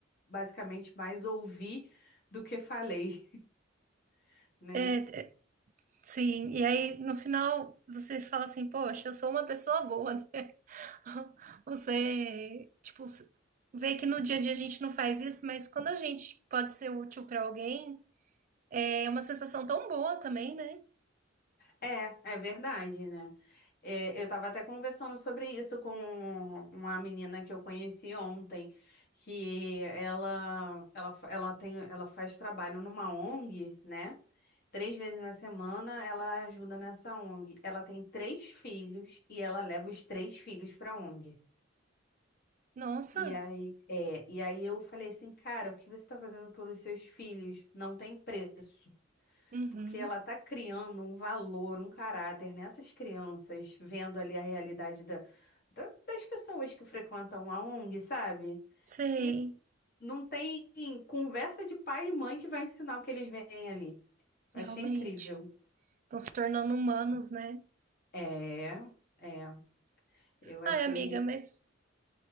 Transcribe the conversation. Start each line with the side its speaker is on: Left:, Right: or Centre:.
Left: basicamente mais ouvi do que falei, <laughs> né?
Right: É, é, sim, e aí no final você fala assim, poxa, eu sou uma pessoa boa, né? <laughs> Você, tipo, s- vê que no dia a dia a gente não faz isso, mas quando a gente pode ser útil para alguém, é uma sensação tão boa também, né?
Left: É, é verdade, né? É, eu estava até conversando sobre isso com uma menina que eu conheci ontem, que ela, ela, fa- ela tem, ela faz trabalho numa ONG, né? Três vezes na semana ela ajuda nessa ONG. Ela tem três filhos e ela leva os três filhos para a ONG.
Right: Nossa,
Left: E aí, é, e aí eu falei assim, cara, o que você está fazendo pelos seus filhos não tem preço,
Right: uhum,
Left: porque ela está criando um valor, um caráter nessas crianças, vendo ali a realidade da, da- das pessoas que frequentam a ONG, sabe?
Right: sei,
Left: Que não tem conversa de pai e mãe que vai ensinar o que eles veem ali. Eu
Right: realmente.
Left: achei incrível.
Right: Estão se tornando humanos, né?
Left: É, é, eu achei.
Right: Ai, amiga, mas.